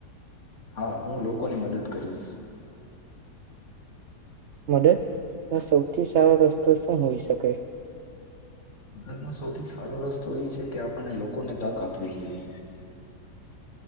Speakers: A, on the left; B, on the right.
A: હા હું લોકોની મદદ કરીશ.
B: મદદ નો સૌથી સારો રસ્તો શું હોઈ શકેાય?
A: મદદ સૌથી સારો રસ્તો એ છે કે આપણને લોકોને તક આપવી જોઈએ.